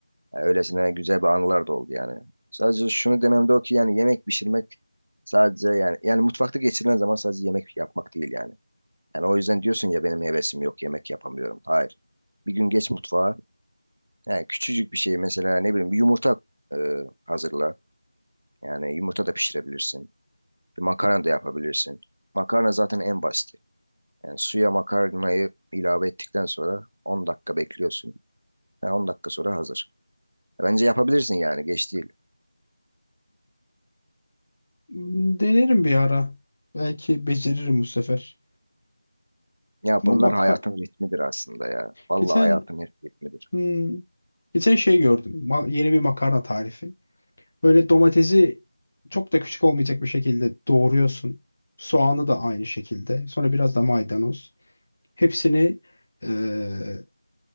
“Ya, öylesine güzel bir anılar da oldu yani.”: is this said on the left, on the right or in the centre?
Right